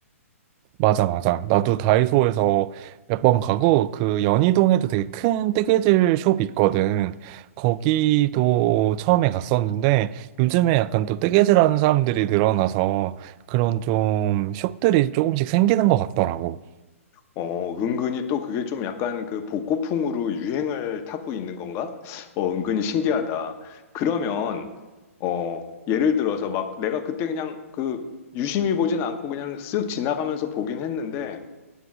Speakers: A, on the right (about 30°); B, on the left (about 30°).
A: 맞아, 맞아. 나도 다이소에서 몇 번 가고, 그 연희동에도 되게 큰 뜨개질 숍이 있거든. 거기도 처음에 갔었는데, 요즘에 약간 또 뜨개질 하는 사람들이 늘어나서 그런 좀 숍들이 조금씩 생기는 것 같더라고.
B: 어, 은근히 또 그게 좀 약간 그 복고풍으로 유행을 타고 있는 건가? 어, 은근히 신기하다. 그러면, 어, 예를 들어서 막 내가 그때 그냥 그 유심히 보진 않고 그냥 쓱 지나가면서 보긴 했는데,